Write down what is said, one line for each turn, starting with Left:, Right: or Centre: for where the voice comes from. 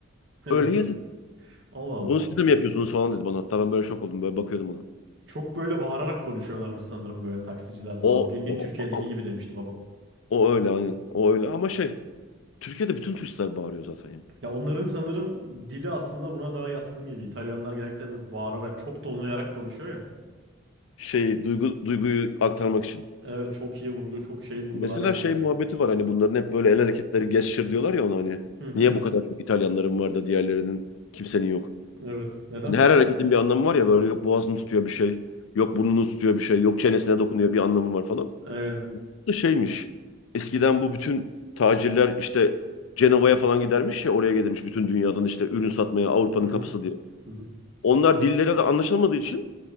Right: Evet.
Left: Öyle yedi.
Right: Allah Allah.
Left: Bunu siz de mi yapıyorsunuz falan dedi bana. Hatta ben böyle şok oldum. Böyle bakıyordum ona.
Right: Çok böyle bağırarak konuşuyorlarmış sanırım böyle taksiciler falan.
Left: O,
Right: Bildiğin
Left: o,
Right: Türkiye'deki gibi demişti babam.
Left: o öyle aynen. O öyle ama şey. Türkiye'de bütün turistler bağırıyor zaten ya.
Right: Ya onların sanırım dili aslında buna daha yatkın gibi. İtalyanlar genellikle böyle bağırarak, çok tonlayarak konuşuyor ya.
Left: Şey, duygu, duyguyu aktarmak için.
Right: Evet, çok iyi vurgu, çok şey vurgular
Left: Mesela
Right: yapıyorlar.
Left: şey muhabbeti var hani bunların hep böyle el hareketleri gesture diyorlar ya ona hani.
Right: Hı hı,
Left: Niye bu kadar çok İtalyanların var da diğerlerinin kimsenin yok.
Right: evet. Nedenmiş
Left: Hani her hareketin
Right: o?
Left: bir anlamı var ya böyle yok boğazını tutuyor bir şey, yok burnunu tutuyor bir şey, yok çenesine dokunuyor bir anlamı var falan.
Right: Aynen.
Left: Da şeymiş. Eskiden bu bütün tacirler işte Cenova'ya falan gidermiş ya oraya gelirmiş bütün dünyadan işte ürün satmaya Avrupa'nın
Right: Hı hı.
Left: kapısı diye.
Right: Hı hı.
Left: Onlar dillere de anlaşılmadığı için